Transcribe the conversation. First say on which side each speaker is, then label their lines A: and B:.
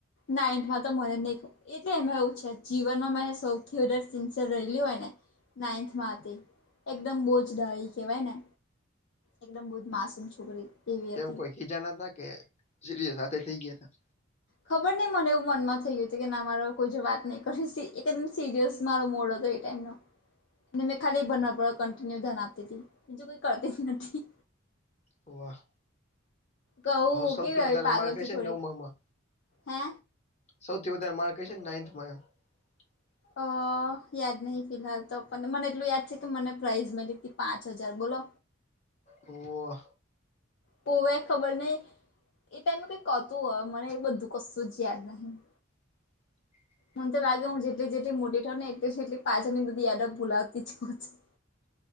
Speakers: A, on the left; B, on the left.
A: નાઇન્થમાં તો મને ખ એટલે એવું છે જીવનમાં મે સૌથી વધારે સિન્સિયર રહેલી હોય ને નાઇન્થમાં હતી એકદમ બહુજ ડળ કહેવાય ને એકદમ બુજ માસ સમ છોકરી એવી
B: કેમ
A: હતી
B: કોઈ ખીજા ન હતા કે સ સાથે થઈ ગયા ત
A: ખબર નહ મને એવું મનમાં થઈ ગયું હતું કે ના મારો કોઈ જો વાત નહીં કરી એકદમ સિરિયસ મારો મોડ હતો ખાલી ભરિન્ય ધ્યાન આપતી બીજું કોઈ કરતી નથી
B: વાહ
A: કહું
B: સૌથી
A: કેવી આવી
B: વધારે
A: પાગલ
B: માર્ગદર્શનનો
A: છું થોડીક
B: મામા
A: હે
B: સૌથી વધારે માર્ક ક છે નાઇન્થમાં એમ <unintelligible>
A: અ યાદ નહીિ ફિલહાલ તોને મને એટલું યાદ છે કે મને પ્રાઇઝ મળી હતી પાંચ હજાર બોલો
B: ઓ
A: પોવે ખબર ને એ ટાઈમે કઈક કતું હોય મને એ બધું કશું જ યાદ નહીિ
B: હ
A: મને તો લાગે હું જેટલી જેટલી મોટી થઉં ને એટલેટલી પાછાળની બધી યાડ ભૂલાવતી જ-